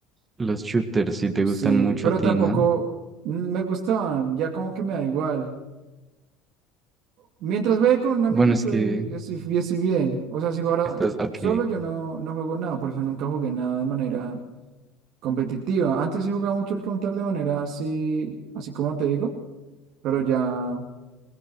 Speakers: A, on the right; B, on the right.
A: Los shooters si te gustan
B: sí,
A: mucho
B: pero
A: a ti,
B: tampoco
A: ¿no?
B: me gustaban, ya como que me da igual. Mientras juegue con un amigo
A: Bueno, es
B: soy,
A: que
B: estoy, bi- estoy bien, o sea, si jugara
A: estás, ok,
B: solo yo no, no juego nada, por eso nunca jugué nada de manera competitiva. Antes sí jugaba mucho el Counter de manera así, así como te digo, pero ya,